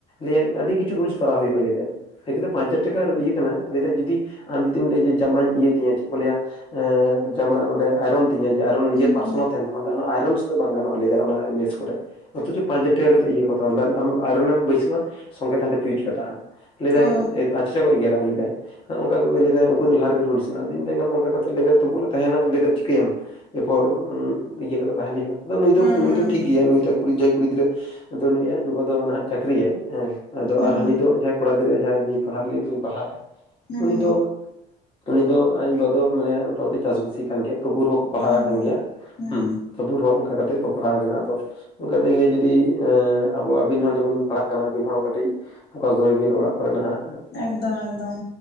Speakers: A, on the left; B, on the left.
A: ᱞᱟᱹᱭᱟᱭ ᱟᱹᱰᱤ ᱠᱤᱪᱷᱩ ᱨᱩᱞᱥ ᱯᱟᱲᱟᱣ ᱦᱩᱭᱩᱜᱼᱟ ᱞᱟᱹᱭᱟᱭ ᱾ ᱦᱮᱠᱟᱹᱛᱮ ᱯᱟᱸᱪ ᱦᱟᱡᱟᱨ ᱴᱟᱠᱟ ᱤᱭᱟᱹ ᱠᱟᱱᱟ ᱞᱟᱹᱭ ᱫᱟ ᱡᱩᱫᱤ ᱟᱢ ᱡᱩᱫᱤᱢ ᱞᱟᱹᱭᱟ ᱡᱟᱢᱟᱧ ᱤᱭᱟᱹᱭ ᱛᱤᱧᱟ ᱪᱮᱫ ᱠᱚ ᱞᱟᱹᱭᱟ ᱮᱸᱻ ᱡᱟᱢᱟ ᱱᱚᱸᱰᱮ ᱟᱭᱨᱚᱱ ᱛᱤᱧᱟ ᱡᱮ ᱟᱭᱨᱚᱱ ᱱᱤᱡᱮ
B: ᱦᱩᱸ
A: ᱯᱟᱨᱥᱚᱱᱟ
B: ᱦᱩᱸ
A: ᱛᱟᱸᱱᱟ ᱚᱱᱟ ᱟᱭᱨᱚᱱ ᱥᱩᱫᱷ ᱵᱟᱝ ᱜᱟᱱᱚᱜᱼᱟ ᱞᱟᱹᱭᱟᱭ ᱚᱱᱟ ᱢᱮᱡᱽ ᱠᱚᱨᱮ ᱾ ᱚᱛᱷᱚ ᱯᱟᱸᱪ ᱦᱟᱡᱟᱨ ᱴᱟᱠᱟ ᱠᱟ ᱠᱟᱛᱮ ᱤᱭᱟᱹ ᱠᱚ ᱦᱟᱛᱟᱣᱟ ᱞᱮᱭ ᱟᱢ ᱟᱭᱨᱚᱱᱮ ᱮᱢ ᱵᱟᱹᱭᱥᱟᱹᱜᱼᱟ ᱥᱚᱸᱜᱮ ᱛᱟᱦᱚᱞᱮ ᱯᱷᱤᱭᱩᱡᱽ ᱠᱟᱴᱟᱜᱼᱟ ᱾ ᱞᱟᱹᱭᱫᱟᱭ
B: ᱚ
A: ᱟᱪᱪᱷᱟ ᱠᱚ ᱮᱜᱮᱨᱟ ᱞᱟᱹᱭᱫᱟᱭ ᱾ ᱚᱱᱠᱟ ᱠᱚᱜᱮ ᱞᱟᱹᱭ ᱫᱟᱭ ᱩᱱᱠᱩ ᱫᱚ ᱞᱟᱦᱟ ᱨᱮᱜᱮ ᱨᱩᱞᱥ ᱢᱮᱱᱟᱜ-ᱟ᱾ᱟᱫᱚᱧ ᱢᱮᱛᱟᱭ ᱠᱟᱱᱟ ᱚᱱᱠᱟ ᱠᱟᱛᱮ ᱞᱟᱹᱭ ᱫᱟᱭ ᱛᱩᱵᱩ ᱞᱮ ᱛᱟᱦᱮᱱᱟ ᱞᱟᱹᱭ ᱫᱟᱭ ᱪᱤ ᱠᱮᱢ ᱮᱨᱯᱚᱨ ᱤᱭᱟᱹ ᱠᱟᱛᱮᱜ ᱛᱟᱦᱮᱱ ᱦᱩᱭᱩᱜ-ᱟ ᱟ ᱱᱩᱭ ᱫᱚ
B: ᱦᱮᱸ
A: ᱱᱩᱭ
B: ᱦᱮᱸ
A: ᱫᱚ ᱴᱷᱤᱠ
B: ᱦᱮᱸ
A: ᱜᱮᱭᱟ ᱱᱩᱭ ᱫᱚ ᱠᱩᱲᱤ ᱡᱟᱦᱟᱸᱭ ᱠᱩᱲᱤ ᱜᱤᱫᱽᱨᱟᱹ ᱟᱫᱚ ᱱᱩᱭ ᱟᱡ ᱵᱟᱵᱟ ᱫᱚ ᱱᱟᱦᱟᱜ ᱪᱟᱹᱠᱨᱤᱭᱟ ᱦᱮᱸ ᱟᱫᱚ
B: ᱦᱩᱸ
A: ᱟᱨ ᱦᱟᱹᱱᱤ ᱫᱚ ᱠᱚᱲᱟ ᱜᱤᱫᱽᱨᱟᱹ ᱡᱟᱦᱟᱸᱭ ᱯᱟᱲᱦᱟᱜ ᱞᱟᱹᱜᱤᱫ ᱞᱤᱧ ᱯᱟᱲᱦᱟᱭᱟ
B: ᱦᱩᱸ
A: ᱩᱱᱤ ᱫᱚ ᱩᱱᱤ ᱫᱚ ᱟᱡ ᱵᱟ ᱫᱚ ᱢᱟᱱᱮ ᱢᱳᱴᱟᱢᱩᱴᱤ ᱪᱟᱥᱵᱟᱹᱥᱤ ᱠᱟᱱ ᱜᱮᱭᱟ ᱛᱚᱵᱩ ᱨᱮ ᱦᱚᱸᱠᱚ ᱯᱟᱲᱦᱟᱣ
B: ᱦᱩᱸ
A: ᱠᱟᱱᱟᱱ
B: ᱦᱩᱸ
A: ᱜᱮᱭᱟ
B: ᱦᱩᱸ
A: ᱦᱮᱸ ᱛᱩᱵᱩ ᱨᱮ ᱦᱚᱸ ᱚᱱᱠᱟ ᱠᱟᱛᱮᱜ ᱠᱚ ᱯᱟᱲᱦᱟᱣ ᱠᱟᱱᱟ ᱟᱫᱚ ᱚᱱᱠᱟ ᱫᱤᱱ ᱞᱟᱹᱭ ᱡᱚᱫᱤᱸ ᱟᱵᱚ ᱟᱵᱤᱱ ᱦᱚᱸ ᱡᱮᱢᱚᱱ ᱵᱤᱱ ᱯᱟᱲᱦᱟᱜ ᱠᱟᱱᱟ ᱟᱵᱤᱱ ᱦᱚᱸᱚᱸ ᱠᱟᱹᱴᱤᱡ ᱯᱷᱚᱠᱟᱥ ᱫᱚᱦᱚᱭ ᱵᱤᱱ ᱚᱲᱟᱜ ᱠᱚᱨᱮ ᱱᱟᱦᱟᱜ
B: ᱮᱠᱫᱚᱢ ᱮᱠᱫᱚᱢ